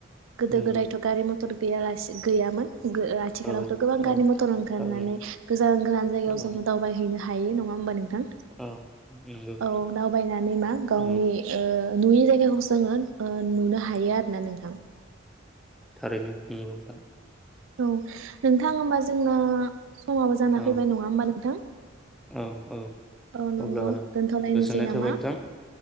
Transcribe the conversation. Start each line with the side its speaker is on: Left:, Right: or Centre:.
Right: गोदो
Centre: नंगौ
Right: गोदायथ' गारि मथर गैयालासे गैयामोन गो आथिखालावथ'
Centre: औ
Right: गोबां गारि
Centre: औ
Right: मथर ओंखारनानै
Centre: थारैनो
Right: गोजान गोजान जायगायाव
Centre: औ
Right: जों दावबायहैनो हायो नङा होमबा नों थां
Centre: औ नंगौ
Right: औ दावबायनानै मा गावनि
Centre: औ
Right: ओ नुयि जायगाखौबो जोंङो ओ नुनो हायो आरोना नोंथां।
Centre: थारैनो नोंगौ नोंथां
Right: औ नोंथां होमबा जोंना समाबो जाना
Centre: औ
Right: फैबाय नङा होमबा नोंथां
Centre: औ औ
Right: औ नोंगौ
Centre: अब्ला
Right: दोनथ'लायनोसै
Centre: गोजोननाय
Right: नामा
Centre: थाबाय नोंथां